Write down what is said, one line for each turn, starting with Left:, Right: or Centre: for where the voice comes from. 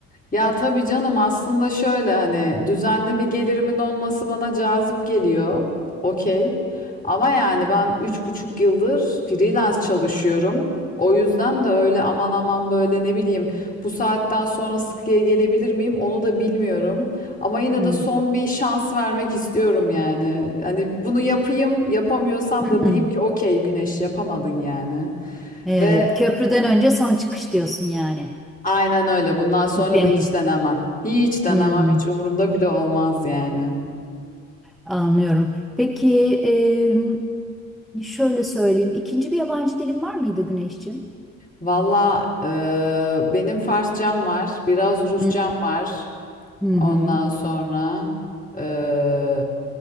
Left: Ya tabii canım aslında şöyle hani düzenli bir gelirimin olması bana cazip geliyor. Okey. Ama yani ben üç buçuk yıldır freelance çalışıyorum. O yüzden de öyle aman aman böyle ne bileyim bu saatten sonra sıkıya gelebilir miyim onu da bilmiyorum. Ama yine
Centre: Hı
Left: de son bir şans vermek istiyorum yani. Hani bunu yapayım yapamıyorsam
Centre: hı.
Left: da diyeyim ki
Centre: <laughs>
Left: okey Güneş yapamadın yani.
Centre: Evet,
Left: Ve
Centre: köprüden önce son çıkış diyorsun yani.
Left: Aynen öyle. Bundan sonra
Centre: Deneyim.
Left: da hiç denemem. Hiç denemem.
Centre: Hmm,
Left: Hiç umurumda bile olmaz yani.
Centre: anlıyorum. Peki em, şöyle söyleyeyim. İkinci bir yabancı dilin var mıydı Güneşciğim?
Left: Valla e, benim Farsçam var. Biraz Rusçam
Centre: Hı
Left: var.
Centre: hı. hı.
Left: Ondan sonra e,